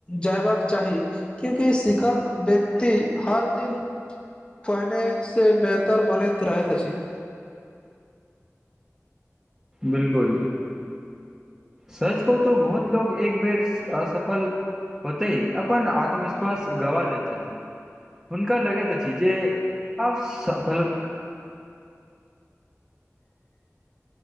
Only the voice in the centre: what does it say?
बिल्कुल सच कहु तो बहुत लोग एक बेर असफल होतय अपन आत्मविश्वास गवा दैत छथि हुनका लगैत अछि जे आब सफल